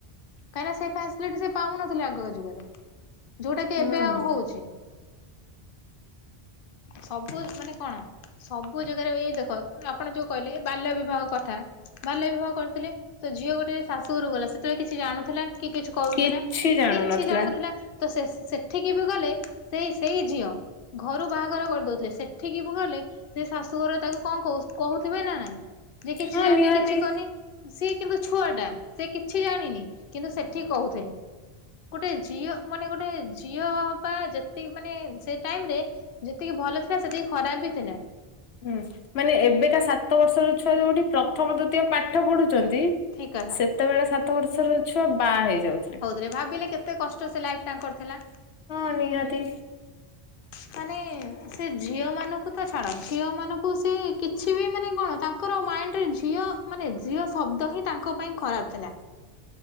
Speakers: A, on the left (about 60°); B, on the left (about 85°).
A: କାହିଁକି ନା ସେ ଫାସିଲିଟି ସେ ପାଉନଥିଲେ ଆଗ ଯୁଗରେ ଯଉଟା କି
B: ହଁ।
A: ଏବେ ଆଉ ହଉଚି। ସବୁ ଇଏ ମାନେ କଣ ସବୁ ଜାଗାରେ ଏଇ ଦେଖ ଆପଣ ଯଉ କହିଲେ ଏ ବାଲ୍ୟ ବିବାହ କଥା ବାଲ୍ୟ ବିବାହ କରିଥିଲେ ତ ଝିଅ ଗୋଟିଏ ଶାଶୁଘରକୁ ଗଲା ସେତେବେଳେ କିଛି ଜାଣୁଥିଲା। କି କିଛି କରୁଥିଲା
B: କିଛି ଜାଣୁନଥିଲା
A: କିଛି ଜାଣିନଥିଲା ତ ସେ ସେଠିକି ବି ଗଲେ ସେଇ ସେଇ ଝିଅ ଘରୁ ବାହାଘର କରିଦଉଥିଲେ ସେଠିକି ବି ଗଲେ ସେ ଶାଶୁଘର ତାକୁ କଣ କ- କହୁଥିବେ ନା ନାଇଁ ଯେ କିଛି
B: ହଁ
A: ଜାଣିନି
B: ନିହାତି।
A: କିଛି କରୁନି ସିଏ କିନ୍ତୁ ଛୁଆ ଟା ସେ କିଛି ଜାଣିନି କିନ୍ତୁ ସେଠି କହୁଥିଲେ। ଗୋଟେ ଝିଅ ମାନେ ଗୋଟେ ଝିଅ ହବା ଯେତ୍ ତିକି ମାନେ ସେ ଟାଇମ୍ ରେ ଯେତିକି ଭଲ ଥିଲା ସେତିକି ଖରାପ୍ ବି ଥିଲା।
B: ହୁଁ ମାନେ ଏବେକା ସାତ ବର୍ଷର ଛୁଆ ଯଉଠି ପ୍ରଥମ ଦ୍ୱିତୀୟ ପାଠ ପଢୁଚନ୍ତି
A: ଠିକ୍ କଥା।
B: ସେତେବେଳେ ସାତ ବର୍ଷର ଛୁଆ ବାହା ହେଇଯାଉଥିଲେ।
A: ରେ ଭାବିଲେ କେତେ କଷ୍ଟ ସେ ଲାଇଫ ତାଙ୍କର ଥିଲା?
B: ହଁ ନିହାତି।
A: ମାନେ ସେ ଝିଅମାନଙ୍କୁ ତ ଛାଡ ଝିଅ ମାନ ସେ କିଛି ବି ମାନେ କଣ ତାଙ୍କର ମାଇଣ୍ଡରେ ଝିଅ ମାନେ ଝିଅ ଶବ୍ଦ ହିଁ ତାଙ୍କ ପାଇଁ ଖରାପ ଥିଲା।